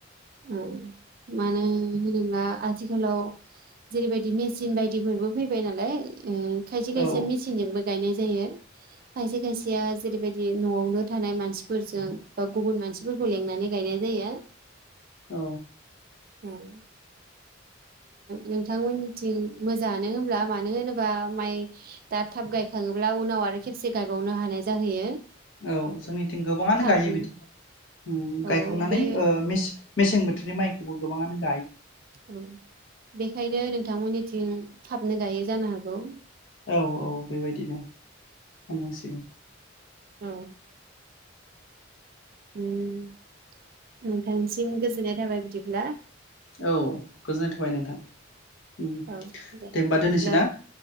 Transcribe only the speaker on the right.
उम मानो होनोब्ला आथिखालाव जेरैबायदि मेचिन बायदिफोरबो फैबाय नालाय ओ खायसे खायसे
मिथि जोंबो गायनाय जायो खायसे खायसेया जेरैबायदि बि नआवनो थानाय मानसिफोरजों बा गुबुन मानसिफोरखौ लिंनानै गायनाय जायो
<unintelligible> उम नोंथांमोननिथिं मोजांङानो होनब्ला मानो होनोबा माइ दा थाब गायखांङोब्ला उनाव आरो खेबसे गायबावनो हानाय जाहैयो
थाबनो
औ
बे
औ बेखायनो नोंथांमोननिथिं। थाबनो गायो जानो हागौ।
औ। <unintelligible> नोंथांसिम गोजोननाय थाबाय बिदिब्ला।
औ
बिदिब्ला